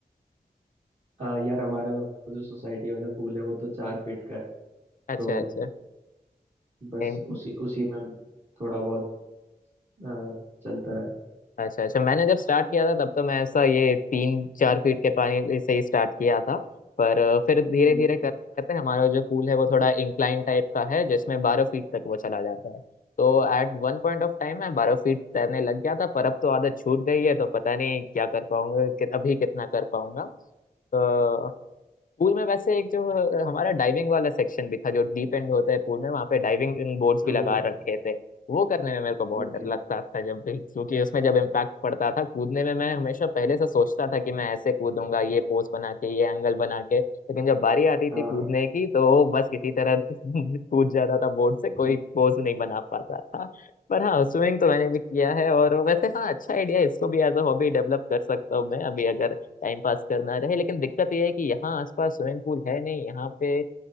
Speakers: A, on the right (about 45°); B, on the left (about 55°).
A: अ, यार हमारा जो सोसाइटी वाला पूल है वो तो चार फीट का है
B: अच्छा
A: तो
B: अच्छा
A: बस
B: एम-
A: उसी उसी में थोड़ा बहुत हाँ चलता है
B: अच्छा अच्छा मैंने जब स्टार्ट किया था तब तो मैं ऐसा ये तीन चार फीट के पानी से ही स्टार्ट किया था पर फिर धीरे
A: हम्म
B: धीरे करते करते हमारा जो पूल है वो थोड़ा इंक्लाइन टाइप का है जिसमें बारह फीट तक वो चला जाता है तो at one point of time मैं बारह फीट तैरने लग गया था पर अब तो आदत छूट गई है तो पता नहीं क्या कर पाऊंगा कि अभी कितना कर पाऊंगा तो पूल में वैसे एक जो अ, हमारा डाइविंग वाला सेक्शन भी था जो डीप एंड होता है पूल में वहां पे डाइविंग बोर्ड्स
A: हम्म
B: भी लगा रखे थे वो करने में मेरे को बहुत
A: ओके
B: डर लगता था जब भी क्योंकि उसमें जब इम्पैक्ट पड़ता था कूदने में मैं हमेशा पहले से सोचता था कि मैं ऐसे कूदूंगा ये पोज बना के ये एंगल बना के लेकिन जब बारी आती थी
A: हाँ
B: कूदने
A: हाँ
B: की तो बस किसी तरह <laughs> कूद जाता था बोर्ड से कोई
A: हम्म,
B: पोज नहीं बना पाता था पर हाँ स्विमिंग तो मैंने भी किया है और वैसे हाँ अच्छा आइडिया इसको भी एज अ हॉबी डेवलप कर सकता हूँ मैं अभी अगर टाइम पास करना रहे लेकिन दिक्कत यह है कि यहाँ आसपास स्विमिंग पूल है नहीं यहाँ पे